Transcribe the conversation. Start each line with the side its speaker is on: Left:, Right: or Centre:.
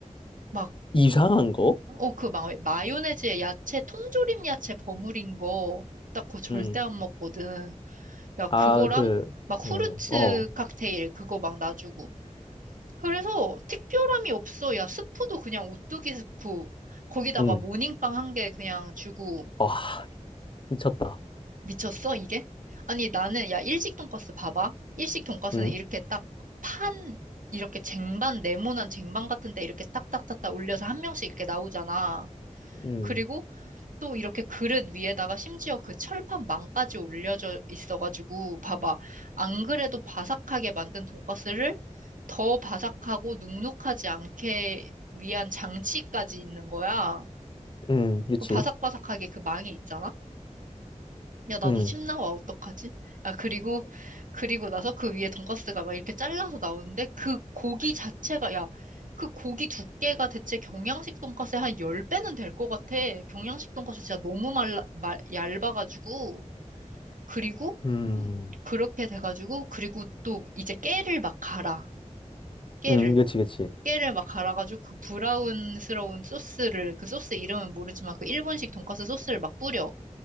Right: 막
Left: 이상한 거?
Right: 어, 그 마, 마요네즈에 야채, 통조림 야채 버무린 거, 딱 그거 절대
Left: 음.
Right: 안 먹거든. 야, 그거랑
Left: 아, 그,
Right: 막 후르츠
Left: 어, 어,
Right: 칵테일, 그거 막 놔주고. 그래서 특별함이 없어. 야, 스프도 그냥 오뚜기 스프. 거기다가
Left: 음,
Right: 모닝빵 한 개 그냥 주고.
Left: 아, 미쳤다.
Right: 미쳤어, 이게? 아니, 나는, 야, 일식 돈가스 봐봐. 일식 돈가스는
Left: 음,
Right: 이렇게 딱 판, 이렇게 쟁반, 네모난 쟁반 같은데 이렇게 딱딱딱딱 올려서 한 명씩 이렇게 나오잖아.
Left: 음,
Right: 그리고 또 이렇게 그릇 위에다가 심지어 그 철판망까지 올려져 있어가지고 봐봐. 안 그래도 바삭하게 만든 돈가스를 더 바삭하고 눅눅하지 않게 위한 장치까지 있는 거야.
Left: 음, 그치.
Right: 그 바삭바삭하게 그 망이 있잖아. 야, 나도
Left: 음,
Right: 침 나와, 어떡하지? 야, 그리고, 그리고 나서 그 위에 돈가스가 막 이렇게 잘라서 나오는데, 그 고기 자체가, 야, 그 고기 두께가 대체 경양식 돈가스의 한 10배는 될 것 같아. 경양식 돈가스 진짜 너무 말라, 말, 얇아가지고. 그리고,
Left: 음,
Right: 그렇게 돼가지고, 그리고 또 이제 깨를 막 갈아. 깨를.
Left: 음, 그치, 그치.
Right: 깨를 막 갈아가지고 그 브라운스러운 소스를, 그 소스 이름은 모르지만 그 일본식 돈가스 소스를 막 뿌려.